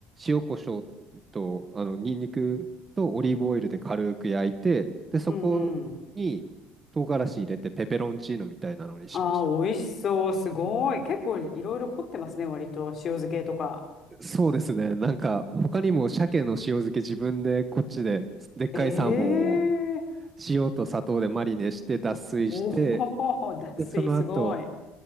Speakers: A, on the right; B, on the left.
A: 塩コショウと、あの、ニンニクとオリーブオイルで軽く焼いて、で、そこに唐辛子入れてペペロンチーノみたいなのにしました。
B: うんうん。ああ、美味しそう。すごい。結構いろいろ凝ってますね、割と。塩漬けとか。
A: そうですね。なんか、他にも鮭の塩漬け自分でこっちで、でっかいサーモンを
B: ええ
A: 塩と砂糖でマリネして脱水して、
B: おお、<laughs> 脱水すごい。
A: で、その後、